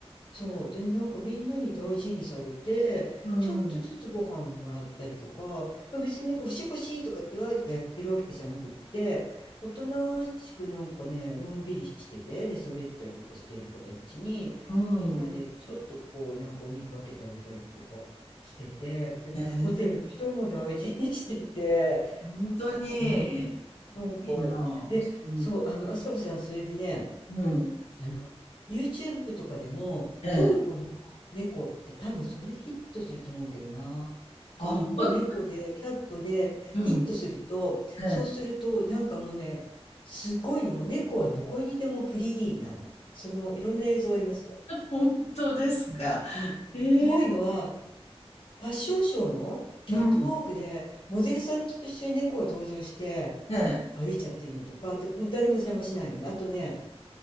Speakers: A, on the left; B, on the left.
A: そう。で、なんかみんなに大事にされて、
B: うんうん。
A: ちょっとずつご飯もらったりとか、ま別になんか欲しい欲しいとかってわーとかやってるわけじゃなくって、おとなしくなんかね、のんびりしてて、寝そべったりとかしている子たちに、
B: うん。
A: みんなでちょっとこう、なんかお肉分けてあげたりとかしてて、で、
B: へえ。
A: ホテルの人も大事にしてて、
B: 本当に、
A: うん、
B: い
A: なんか、
B: いなあ、
A: で、
B: そういう
A: そう、あの、あさこさん、それでね、
B: うん。
A: あの、YouTube とかでも、
B: ええ。
A: トルコの猫って多分それでヒットすると思うけどな。
B: あ、
A: トルコ猫で、
B: ほん
A: キャットでヒットすると、
B: うん。ええ。
A: そうすると、なんかもうね、すごいの、もう猫はどこにでもフリーなの。その、いろんな映像ありますよ。
B: ほですか。
A: うん。
B: へえ。
A: すごいのは、ファッションショーのキャットウォークで、
B: うん。
A: モデルさんと一緒に猫が登場して
B: ええ。
A: 歩いちゃってるのとか、で誰も邪魔しないのね。あとね、